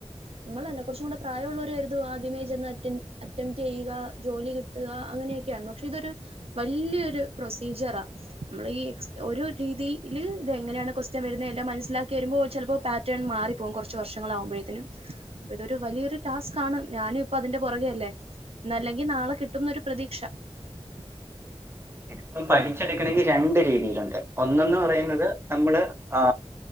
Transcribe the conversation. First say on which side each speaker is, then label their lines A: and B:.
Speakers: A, on the right (about 60°); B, on the right (about 20°).
A: നമ്മളല്ല കുറച്ചും കൂടെ പ്രായൊള്ളവര് കരുതുവ ആദ്യമേ ചെന്ന് അറ്റ അറ്റംറ്റ് ചെയ്യുക ജോലി കിട്ടുകാ അങ്ങ് അങ്ങനെയൊക്കെയാ പക്ഷെ ഇതൊരു വല്ല്യൊരു പ്രൊസീജിയറ നമ്മളെ ഈ ഒരു രീതിയില് ഇത എങ്ങനെയാണ് ക്വൊസ്റ്റ്യൻ വരുന്നെല്ലാം മനസിലാക്കി വരുമ്പോ ചിലപ്പോ പാറ്റേൺ മാറിപ്പോവും കുറച്ച് വർഷങ്ങളാവുമ്പോഴത്തിനും ഇതൊരു വലിയൊരു ടാസ്കാണ് ഞാനുപ്പൊ അതിന്റെ പുറകെ അല്ലേ ഇന്നല്ലെങ്കിൽ നാളെ കിട്ടുംന്നൊരു പ്രതീക്ഷ <unintelligible>
B: <inaudible> ഇതിപ്പം പഠിച്ചെടുക്കണെങ്കി രണ്ട് രീതിയിലുണ്ട് ഒന്നന്ന് പറയുന്നത് നമ്മള് ആ